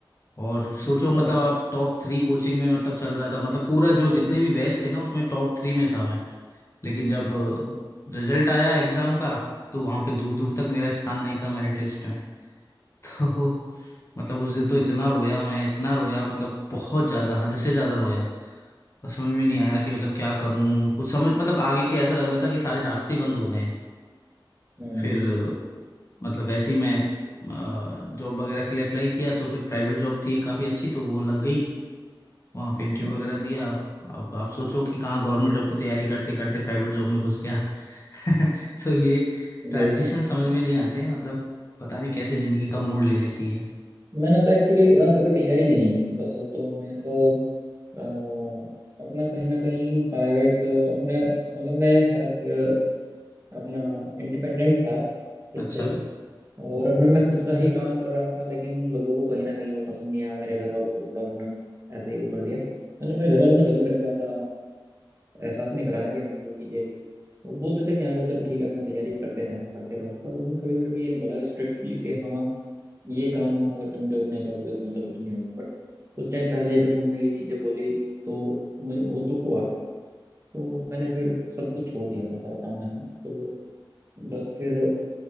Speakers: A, on the left; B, on the right.
A: और सोचो
B: अच्छा
A: मतलब आप टॉप थ्री कोचिंग में मतलब चल रहा था मतलब पूरा जो जितने
B: हम्म
A: भी बैच थे ना उसमें टॉप थ्री में था मैं लेकिन जब
B: हम्म
A: रिजल्ट आया एग्जाम का तो वहां पे दूर
B: हम्म
A: दूर तक मेरा स्थान नहीं था मेरिट लिस्ट में। तो मतलब उस दिन तो इतना रोया मैं इतना रोया मतलब बहुत ज्यादा हद से ज्यादा रोया और समझ में नहीं आया कि मतलब क्या करूं कुछ समझ मतलब आगे के ऐसा लग रहा था कि सारे रास्ते ही बंद हो गए हैं
B: हम्म, हम्म,
A: फिर मतलब ऐसे ही मैं जॉब वगैरह के लिए अप्लाई किया तो फिर प्राइवेट जॉब थी काफ़ी अच्छी तो वो लग गई वहाँ पे इंटरव्यू
B: हम्म,
A: वगैरह
B: हम्म,
A: दिया अब आप सोचो कि कहाँ गवर्नमेंट जॉब की तैयारी करते करते प्राइवेट जॉब में घुस गया <laughs> तो ये ट्रांजिशन
B: बिल्कुल बिल्कुल
A: समझ
B: बिल्कुल
A: में नहीं आते हैं मतलब पता नहीं कैसे ज़िंदगी कब मोड़ ले लेती है
B: मैंने तो एक्चुअली कभी तैयारी भी नहीं की बस तो मैं तो अ, अपना कहीं ना कहीं प्राइवेट अपने मतलब मैं सेल्फ अपना इंडिपेंडेंट था खुद
A: अच्छा
B: से ही और अपने मैं खुद का ही काम कर रहा था लेकिन लोगों को कहीं ना कहीं वो पसंद नहीं आया मेरे घर वालों को भी थोड़ा उन्होंने ऐसे ही वो कर दिया मतलब मेरे घर वालों ने कभी मेरे को ऐसा एहसास नहीं कराया कि हाँ ये चीज़ें वो बोलते थे कि हाँ भाई चलो ठीक है अपना तैयारी भी करते रहना करते रहो पर उन्होंने कभी मेरे को ये नहीं बोला स्ट्रिक्टली कि स्ट्रिक्टली कि हाँ ये काम अगर तुम जॉब नहीं करोगे तो मतलब कुछ नहीं होगा बट उस टाइम पहले जब उन्होंने ये चीजें बोली तो मुझे बहुत दुख हुआ तो मैंने फिर सब कुछ छोड़ दिया अपना सारा ताम झाम तो बस फिर